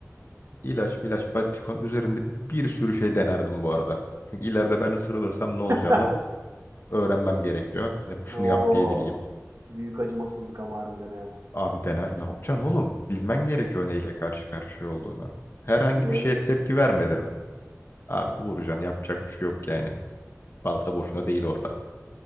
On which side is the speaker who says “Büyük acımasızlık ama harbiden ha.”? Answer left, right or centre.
Right